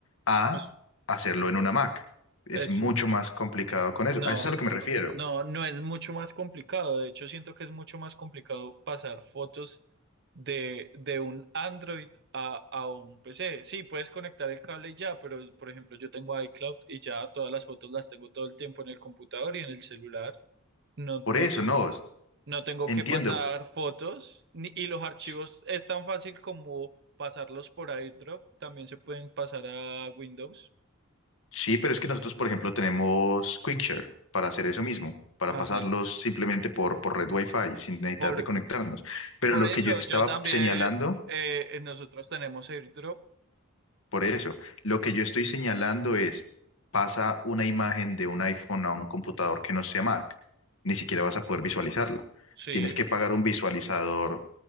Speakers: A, on the left (about 65°); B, on the right (about 55°).
A: a
B: pues
A: hacerlo en una Mac. Es
B: es,
A: mucho
B: un-
A: más complicado con
B: no,
A: eso. A eso es a lo que me refiero.
B: no, no es mucho más complicado. De hecho, siento que es mucho más complicado pasar fotos de, de un Android a, a un PC. Sí, puedes conectar el cable y ya, pero por ejemplo, yo tengo iCloud y ya todas las fotos las tengo todo el tiempo en el computador y en el celular. No,
A: Por
B: no
A: eso,
B: tengo,
A: no, s-
B: no tengo
A: entiendo.
B: que pasar fotos ni- y los archivos
A: S-
B: es tan fácil como pasarlos por iDrop. También se pueden pasar a Windows.
A: Sí, pero es que nosotros, por ejemplo, tenemos QuickShare para hacer eso mismo, para
B: Ajá.
A: pasarlos simplemente por, por red Wi-Fi sin necesidad
B: por
A: de conectarnos. Pero
B: Por
A: lo
B: eso
A: que yo estaba
B: yo también,
A: señalando...
B: eh, eh, nosotros tenemos airdrop.
A: Por eso, lo que yo estoy señalando es, pasa una imagen de un iPhone a un computador que no sea Mac, ni siquiera vas a poder visualizarla.
B: Sí,
A: Tienes que pagar un visualizador,